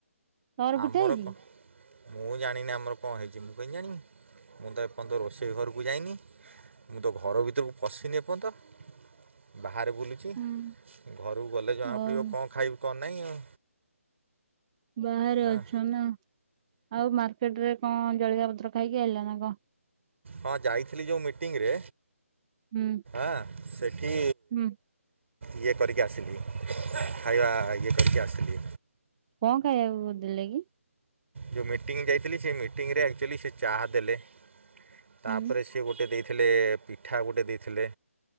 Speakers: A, on the right (about 30°); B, on the right (about 60°).
A: ତମର
B: ଆମର
A: ପିଠା ହେଇଛି
B: କ
A: କି?
B: ମୁଁ ଜାଣିନି ଆମର କଣ ହେଇଛି ମୁଁ କେମିତି ଜାଣିବି ମୁଁ ତ ଏପର୍ଯ୍ୟନ୍ତ ରୋଷେଇ ଘରକୁ ଯାଇନି। ମୁଁ ତ ଘର ଭିତରକୁ ପଶିନି ଏପର୍ଯ୍ୟନ୍ତ ବା ବାହାରେ ବୁଲୁଛି।
A: କି?
B: ଘରକୁ ଗଲେ ଜଣାପଡିବ
A: ହଉ
B: କଣ ଖାଇବୁ କଣ ନାଇଁ ଆଉ?
A: ବାହାରେ
B: ହଁ
A: ଅଛ ନା! ଆଉ ମାର୍କେଟରେ କଣ ଜଳଖିଆ ପ ପତ୍ର ଖାଇକି ଆଇଲ ନା କଣ?
B: ହଁ ଯାଇଥିଲି ଯୋଉ ମିଟିଂରେ,
A: ହୁଁ
B: ଆଁ। ଇୟେ।
A: ହୁଁ
B: ଇଏ କରିକି ଆସିଲି, ଖାଇବା ଇଏ କରିକି ଆସିଲି।
A: କଣ ଖାଇବାକୁ ଦେଲେ କି?
B: ଯଉ ମିଟିଂ ଯାଇଥିଲି, ସେ ମିଟିଂରେ ଆକ୍ଚୁଆଲି ସେ ଚାହା ଦେଲେ, ତାପରେ
A: ହୁଁ
B: ସେ ଗୋଟେ ଦେଇ ଥିଲେ ପିଠା ଗୋଟେ ଦେଇଥିଲେ।